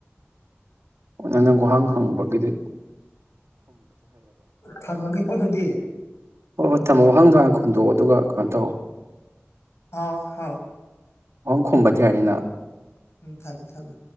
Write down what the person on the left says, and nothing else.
ꯊꯔ ꯃꯥꯒꯤ ꯀꯊꯗꯤ
ꯑꯥꯎ ꯍꯥꯎ
ꯎꯝ ꯊꯝꯃꯦ ꯊꯝꯃꯦꯝ